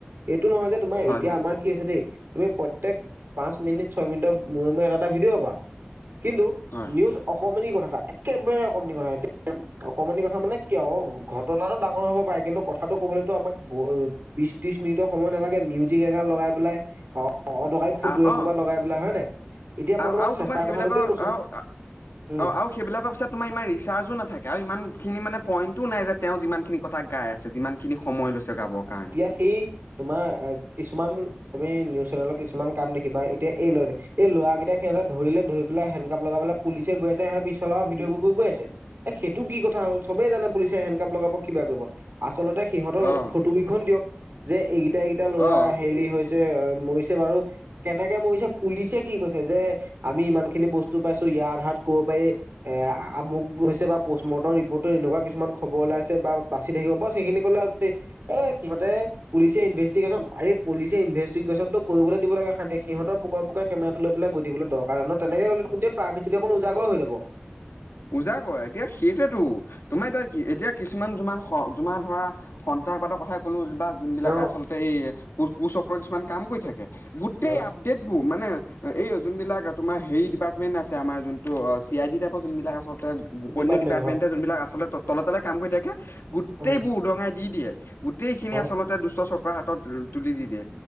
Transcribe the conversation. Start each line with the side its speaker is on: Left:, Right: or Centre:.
Right: এইটো নহয় যে তোমাৰ
Left: হয়
Right: এতিয়া
Left: হয়
Right: আমাৰ কি হৈছে দেই, তুমি প্ৰত্যেক পাঁচ মিনিট ছয় মিনিটৰ মূৰে মূৰে এটা এটা ভিডিঅ' পাবা। কিন্তু,
Left: হয়
Right: নিউজ অকমানি কথা এটা একেবাৰে অকমানি কথা, এতি অকমানি কথা মানে কি আও ঘটনাটো ডাঙৰ হব পাৰে, কিন্তু কথাটো কবলৈটো আপুনি বিশ ত্ৰিশ মিনিট সময় নালাগে। মি জিক এগাল লগাই পেলাই, অ অদৰকাৰী ফটো
Left: আ
Right: এহুপা
Left: অ
Right: লগাই পেলাই হয় নাই। এতিয়া মই
Left: আৰু
Right: তোমাৰ
Left: আৰু
Right: চেচাৰ
Left: সেইবিলাকৰ
Right: কথাটোকে কৈছো।
Left: আৰু
Right: উম
Left: অ আৰু সেইবিলাকৰ পিছত ইমান ৰিচাৰ্জো নাথাকে, আৰু ইমানখিনি মানে পইণ্টো নাই যে তেওঁ যিমানখিনি কথা গাই আছে যিমান খিনি সময় লৈছে গাবৰ কাৰণে।
Right: হি তোমাৰ এ কিছুমান তুমি নিউজ চেনেলত কিছুমান কাম দেখিবা, এতিয়া এই লৈ এই লৰা কেইটাক সিহঁতে ধৰিলে, ধৰি পেলাই হেণ্ডকাপ লগাই পেলাই পুলিচে গৈ আছে, সিহঁতে পিছ ফালৰ পৰা ভিডিঅ কৰি কৰি গৈ আছে। এ সেইটো কি কথা হ'ল চবেই জানে পুলিচে হেণ্ডকাপ লগাব কিবা কৰিব। আচলতে সিহঁতৰ
Left: অ
Right: ফটো কেইখন দিয়ক, যে এইকেইটা এইকেইটা ল'ৰা
Left: অ
Right: হেৰি হৈছে মৰিছে বাৰু কেনেকে মৰিছে পুলিচে কি কৈছে যে আমি ইমান খিনি বস্তু পাইছো ইয়াৰ আধাত কব পাৰি এ আমুক হৈছে বা পষ্ট মৰ্টম ৰিপৰ্ট এনেকুৱা কিছুমান খবৰ ওলাইছে, বাচি থাকিব বছ সেইখিনি কলে যদি এ সিহঁতে পুলিচ ইনভেষ্টিগেশ্যন আৰে পুলিচে ইনভেষ্টিগেশ্যনটো কৰিব দিব লাগে শান্তিৰে, সিহঁতৰ পকোৱে পকোৱে কেমেৰাটো লৈ পেলাই গৈ থাকিবলৈ দৰকাৰ নাই নহয়, তেনেকে হলে গোটে তাৰপিছতে দেখোন উজাগৰে হৈ যাব।
Left: উজাগৰে, এতিয়া হেটোৱেটো তোমাৰ এতিয়া কি এতিয়া কিছুমান যোমান তোমাৰ ধৰা সন্ত্ৰাসবাদৰ কথাই ক'লো বা যোনবিলাক
Right: ন
Left: আচল এই কু কুচক্ৰ কিছুমান কাম কৰি থাকে গোটেই
Right: অ
Left: আ ত্যেকবোৰ মানে এই যোন বিলাক তোমাৰ হেৰি ডিপাৰ্টমেন্ট আছে আমাৰ যোনটো চি আই ডি টাইপৰ যোন বিলাক আচলতে
Right: ডিপাৰ্টমেণ্ট
Left: অন্য ডিপাৰ্টমেণ্টে
Right: হয়
Left: যোনবিলাক আচলতে তলে তলে কাম কৰি থাকে। গোটেইবোৰ
Right: অ
Left: উদঙাই দি দিয়ে, গোটেইখিনি
Right: হয়।
Left: আচলতে দুষ্ট চক্ৰৰ হাতত তুলি দি দিয়ে।